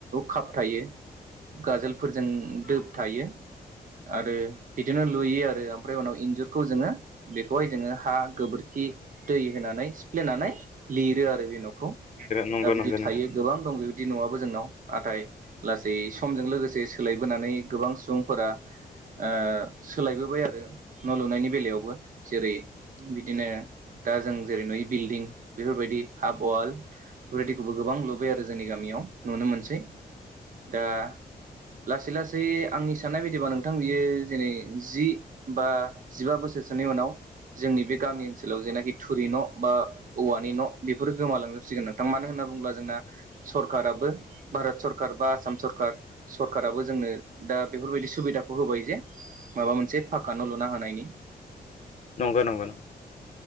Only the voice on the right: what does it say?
काप थायो गाजोल फोरजों दोब थायो आरो बिदिनो लुयो आरो ओमफ्राय उनाव इन्जुरखौ जोङो बेखौहाय जोङो हा गोबोरख खि दै होनानै सिफ्लेनानै लिर रो आरो बे नखौ
दा बिदि
थायो
गोबां दं जों बिदि नआबो जोंनाव नाथाय लासै समजों लोगोसे <unintelligible> सोलायबोनानै गोबां सुबुंफोरा ओह सोलायबोब बाय आरो न लुनायनि बेलायावबो जेरै बिदिनो दा जों जेरै नुय बिल्डिं बेफोरबायदि हाफ वाल बादिखौबो गोबां लुबाय आरो जोंनि गाम मियाव नुनो मोनसै दा लासै लासै आंनि साननाय बायदिबा नोंथां बियो जेनै जि बा जिबा बोसोरसोनि उनाव जोंनि बे गामि ओनसोलाव जेनाखि थुरि न बा औवानि न बेफोर गोमालांजोबसिगोन नोंथां मानो होनना बुङोब्ला जोंना सरखाराबो भारत सरखार बा आसाम सरखार सरकाराबो जोंनो दा बेफोरबायदि सुबिदाखौ होबाय जे माबा मोनसे पाक्का न लुनो हानायनि